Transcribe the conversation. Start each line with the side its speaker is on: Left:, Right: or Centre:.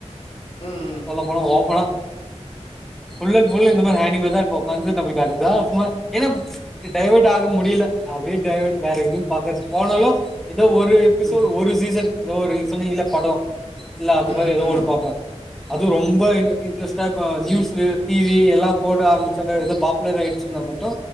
Left: ம்
Centre: சொல்லப்போனா ஓப்பனா ஃபுல் அன்ட் ஃபுல் இந்த மாரி ஹேண்டிங்லதா இருப்போ ஒக்காந்து தம்பி அதுக்கா சும்மா ஏன்னாப் டைவர்ட் ஆக முடில அப்டியே டைவர்ட் வேற எதுவு பாக்க போனலு ஏதோ ஒரு எபிசோடு்
Left: ம்
Centre: ஒரு சீசன் ஏதோ ஒரு நீ சொன்னீங்கல படோ இல்ல அத்து
Left: ம்
Centre: மாரி ஏதொ
Left: ம்
Centre: ஓன்னு பாப்போ அது ரொம்ப இ இன்ட்ரெஸ்ட்டா நியூஸ்சு டிவி எல்லா போட ஆரம்பிச்சாங்க எதோ பாப்புலர் ஆய் சிந்தா மட்டு